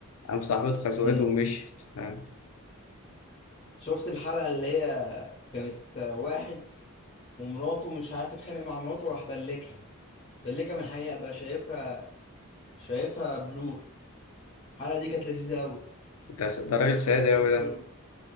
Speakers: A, on the left; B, on the left.
A: قام صاحبته خسوته
B: امم
A: ومشيت فاهم؟
B: شفت الحلقة اللي هي كانت واحد ومراته مش عارف اتخانق مع مراته راح بلكها بلكها من الحقيقة بقى شايفها شايفها بلور الحلقة دي كانت لذيذة قوي
A: ده ده راجل سادة
B: بتاعت بلاك
A: أوي ده
B: ميرور